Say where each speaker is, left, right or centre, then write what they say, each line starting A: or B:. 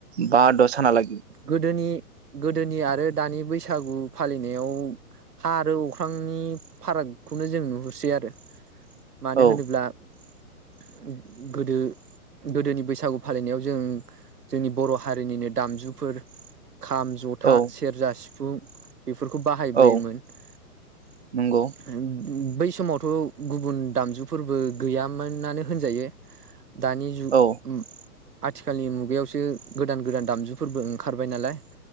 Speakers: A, on the right; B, on the right.
A: बा द' सानालागि
B: गोदोनि गोदोनि आरो दानि बैसागु फालिनायाव हा आरो अख्रांनि फारागखौनो जों नुहुरसै आरो मानो
A: औ
B: होनोब्ला घोओं गोदो गोदोनि बैसागु फालिनायाव जों जोंनि बर' हारिनिनो दामजुफोर खाम, जथा,
A: औ
B: सेरजा, सिफुं <inaudible> बेफोरखौ बाहायबोयो‌
A: औ
B: मोन हों
A: नंगौ
B: उम बै समावथ' गुबुन दामजुफोरबो गैयामोनानो होनजायो। दानि जु
A: औ
B: उम आथिखालनि मुगायावसो गोदान गोदान दामजुफोरबो ओंखारबाय नालाय